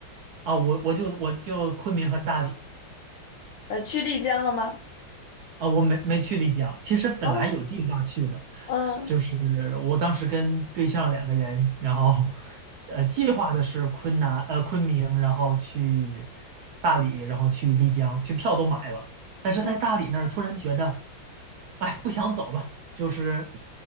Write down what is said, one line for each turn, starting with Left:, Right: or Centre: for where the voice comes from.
Right: 啊，我我就我就昆明和大理。
Left: 呃，去丽江了吗？
Right: 啊，我没没去丽江，其实本来有计划去的，
Left: 哦，嗯
Right: 就是我当时跟对象两个人，然后呃计划的是昆南呃昆明，然后去大理，然后去丽江，去票都买了，但是在大理那儿突然觉得，
Left: 嗯，
Right: 哎，不想走了，就是